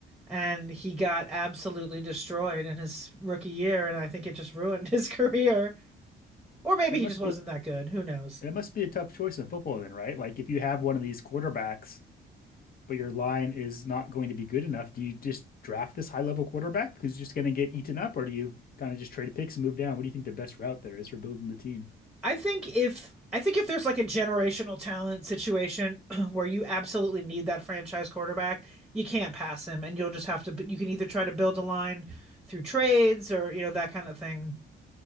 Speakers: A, in the centre; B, on the left.
A: and he got absolutely destroyed in his rookie year and I think it just ruined <laughs> his career. Or maybe
B: That
A: he
B: must
A: just wasn't
B: be
A: that good. Who knows?
B: that must be a tough choice in football then, right? Like if you have one of these quarterbacks but your line is not going to be good enough, do you just draft this high level quarterback who's just going to get eaten up, or do you kind of just trade picks and move down? What do you think the best route there is for building the team?
A: I think if I think if there's like a generational talent situation <clears throat> where you absolutely need that franchise quarterback, you can't pass him, and you'll just have to. You can either try to build a line through trades or you know that kind of thing.